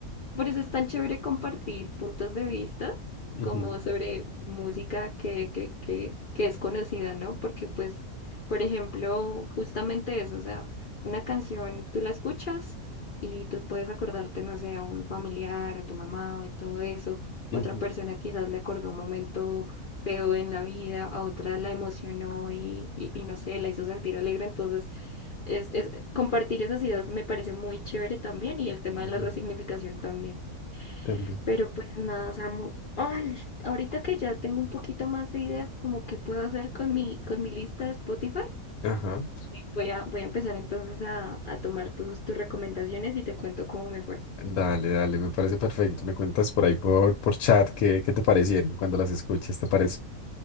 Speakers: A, on the left; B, on the left.
A: Por eso es tan chévere compartir puntos de vista
B: Ujú,
A: como sobre música que, que, que, que es conocida, ¿no? Porque pues, por ejemplo, justamente eso, o sea, una canción tú la escuchas y tú puedes acordarte, no sé, a un familiar, a tu mamá y todo eso.
B: ujú,
A: Otra persona quizás le acordó un momento feo en la vida, a otra la emocionó y, y, y no sé, la hizo sentir alegre. Entonces, es, es, compartir esas ideas me parece muy chévere también y el tema
B: ujú,
A: de la resignificación también.
B: También.
A: Pero pues nada, Samu. Ay, ahorita que ya tengo un poquito más de idea como que puedo hacer con mi, con mi lista de Spotify,
B: Ajá.
A: voy a, voy a empezar entonces a, a tomar tus, tus recomendaciones y te cuento cómo me fue.
B: Dale, dale, me parece perfecto. Me cuentas por ahí por, por chat qué, qué te parecieron cuando las escuches, ¿te parece?